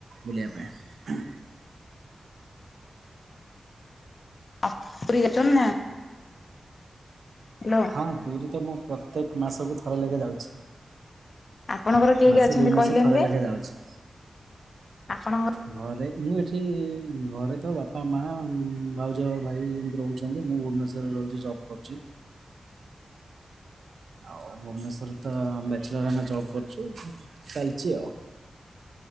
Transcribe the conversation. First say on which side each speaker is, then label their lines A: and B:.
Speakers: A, on the right; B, on the left.
A: ବୁଲିଆ ପାଇଁ।
B: ଆ ଫ୍ରୀ ଅଛନ୍ ନା? ହାଲୋ।
A: ହଁ ପୁରୀ ତ ମୁଁ ପ୍ରତ୍ୟେକ ମାସକୁ ଥରେ ଲେଖା ଯାଉ
B: ଆପଣଙ୍କର କିଏ କିଏ
A: ମାସେ
B: ଅଛନ୍ତି
A: ଦୁଇ
B: କହିଲେନି
A: ମାସେ ଥରେ
B: ଯେ?
A: ଲେଖେ ଯାଉଛି।
B: ଆପଣଙ୍କ
A: ଘରେ ମୁଁ ଏଠି ଘରେ ତ ବାପା, ମା, ଭାଉଜ, ଭାଇ ଏମିତି ରହୁଛନ୍ତି ମୁଁ ଭୁବନେଶ୍ୱ ରେ ରହୁଚି ଜବ୍ କରୁଚି। ଆଉ ଭୁବନେଶ୍ୱରରେ ତ ବ୍ୟାଚେଲର ଆମେ ଜବ୍ କରୁଚୁ ଚାଲିଚି ଆଉ।